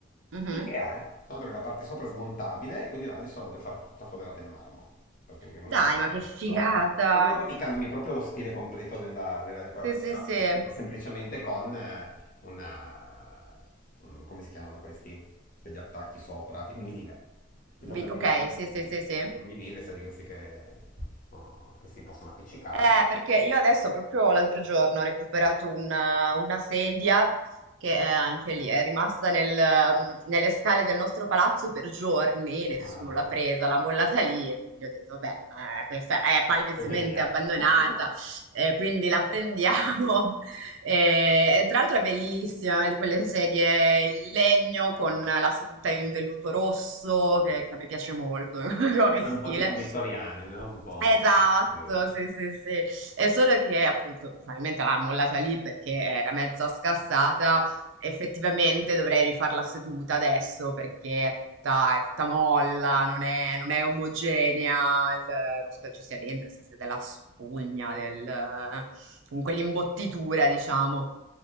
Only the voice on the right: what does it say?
mhm.
Dai, ma che
figata!
Sì, sì, sì.
Vi-
ok,
sì, sì, sì, sì.
Eh, perché io adesso proprio l'altro giorno ho recuperato una, una sedia che eh, anche lì è rimasta nel, mm, nelle scale del nostro palazzo per giorni, nessuno
l'ha presa, l'ha mollata lì e quindi ho detto, beh, eh, questa è palesemente
abbandonata,
eh, quindi la prendiamo. <laughs> E, e tra l'altro è bellissima, una di quelle sedie in legno con la seduta in velluto rosso,
che, che a me piace molto <laughs> come
stile.
Esatto,
sì, sì, sì. È solo che appunto probabilmente l'ha mollata lì perché era mezza scassata. Effettivamente dovrei rifarla seduta adesso perché è tutta, è tutta molla, non è, non è omogenea. il- non so che ci sia dentro, se sia della spugna, del, comunque l'imbottitura, diciamo.